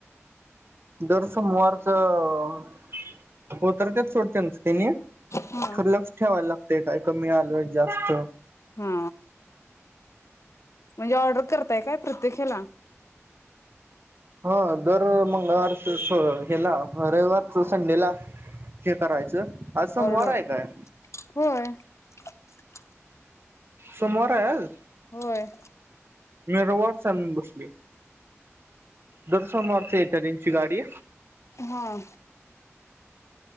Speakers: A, on the right; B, on the left.
A: दर सोमवारचं हो तर त्यात सोडत्यात त्याचं त्यांनी
B: हा
A: खरं लक्ष ठेवायला लाग ते काय कमी आलं जास्त
B: हा म्हणजे ऑर्डर करताय काय? प्रत्येक हेला
A: हा दर मंगळवारच हेला रविवारचं संडेला हे करायचं आज सोमवार
B: ऑर्डर
A: आहे काय?
B: होय <inaudible>
A: सोमवार हाय आज.
B: होय.
A: मी रविवारचाय म्हणून बसलोय. दर सोमवारची येते त्यांची गाडी
B: हा